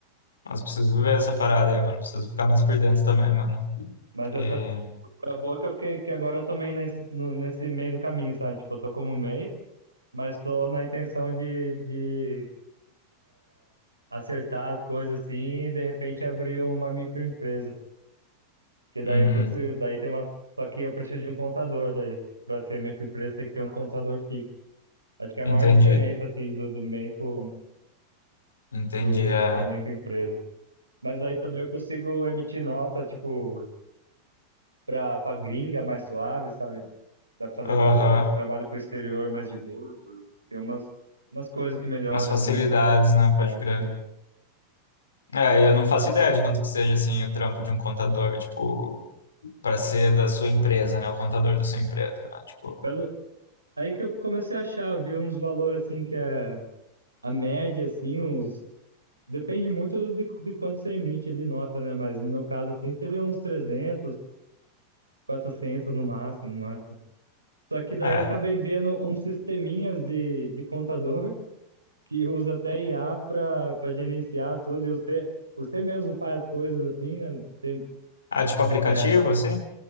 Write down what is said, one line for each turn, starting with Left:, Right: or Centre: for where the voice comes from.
Left: mas preciso ver essa parada
Right: né?
Left: aí, mano. Preciso ficar mais por dentro também, mano.
Right: Mas
Left: Que...
Right: essa é boa que eu fiquei, que agora eu tomei nesse, no- nesse meio do caminho, sabe? Tipo, eu tô como MEI, mas tô na intenção de, de acertar as coisas assim e de repente abrir uma microempresa. Que
Left: Hum,
Right: daí eu consigo, daí tem uma. Só que eu preciso de um contador daí. Pra ser microempresa tem que ter um contador fixo. Acho que é a
Left: entendi.
Right: maior diferença assim do, do MEI pro,
Left: Entendi,
Right: pro,
Left: é.
Right: pra microempresa. Mas daí também eu consigo emitir nota, tipo, pra, pra gringa mais suave, sabe? Dá pra fazer
Left: Aham.
Right: pro, trabalho pro exterior mais de boa. Tem umas, umas coisas que melhora
Left: Umas facilidades,
Right: também.
Left: né?
Right: É,
Left: Pode crer.
Right: sim.
Left: É, eu não faço ideia de quanto que seja assim o trampo de um contador, tipo, para ser da sua empresa, né? O contador da sua empresa, né? Tipo,
Right: Pelo, aí que eu comecei a achar, vi uns valores assim que é a média, assim, uns. Depende muito de, de quanto você emite de nota, né? Mas no meu caso, assim, seria uns 300 400 no máximo, no máximo. Só que daí
Left: é.
Right: eu acabei vendo uns sisteminhas de, de contador que usa até IA para para gerenciar tudo, e você, você mesmo faz coisas assim, né? Você,
Left: Ah, tipo aplicativo,
Right: é,
Left: assim?